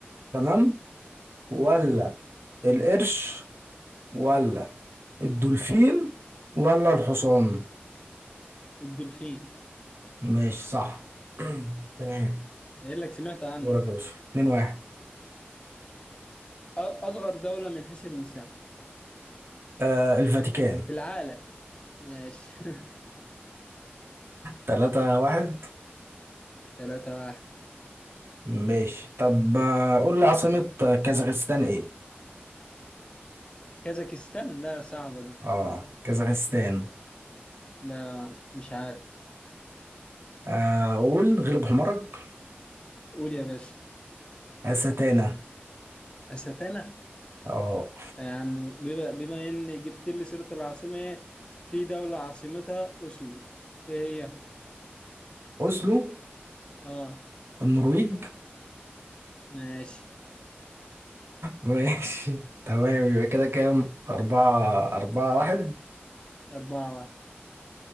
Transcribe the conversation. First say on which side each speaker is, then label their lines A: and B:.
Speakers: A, on the right; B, on the left.
A: تمام ولا القرش ولا الدولفين ولا الحصان
B: الدولفين
A: ماشي صح <clears throat> تمام
B: قايل لك سمعت عنه
A: دورك يا باشا اتنين واحد
B: أ- أصغر دولة من حيث المساحة
A: آه الفاتيكان
B: في العالم ماشي <laughs>
A: تلاتة واحد
B: تلاتة واحد
A: ماشي طب آه، قول لي عاصمة كازاخستان ايه؟
B: كازاكستان لا صعبة دي
A: اه كازاخستان
B: لا مش عارف
A: آه قول غلب حمارك
B: قول يا باشا
A: أستانا
B: أستانا
A: اه
B: يعني بما بما إن جبت لي سيرة العاصمة إيه؟ في دولة عاصمتها أوسلو إيه هي؟
A: اوسلو
B: آه
A: النرويج
B: ماشي
A: ماشي <laughs> تمام يبقى كده كام أربعة أربعة واحد
B: أربعة واحد